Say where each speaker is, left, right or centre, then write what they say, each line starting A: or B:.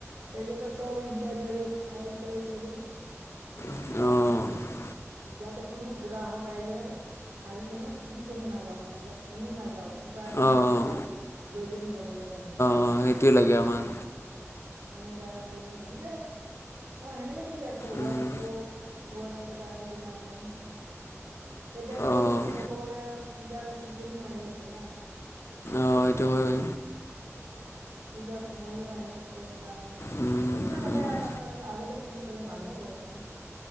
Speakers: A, on the right (about 80°); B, on the left (about 55°).
A: সেইকেইটা চব ইণ্টাৰনেট চাই চাই কেনে।
B: অঁ'।
A: যাতে কোনো গ্ৰাহক আহিলেও। আহি কেনে ফুৰি কেনে নাযাওক, মতলব এনে নাযাওক কিবানা
B: অ',
A: কিবা এটা। লৈ কেনে যাব লগা হৈছে।
B: অঁ' সেইটোৱে লাগে আমাক।
A: সেনেকা, কোনে হেনেকাই। অ' সেনেকে ঠিকে আছে, ৱচছ
B: উম,
A: ৱচছ ৱচ কেইটা আনি কিনে অকন। এতিয়াতো
B: অ',
A: ক'ব গ'লে পূজাৰ চিজেনো আহি আছে না।
B: অ' সেইটো হয়।
A: পূজাৰ সময়ও আহি আছে তাৰ।
B: উম,
A: এনেকা হ'লে
B: উম।
A: আমাৰ আগতে ফুলি থলে ভালে হ'ব।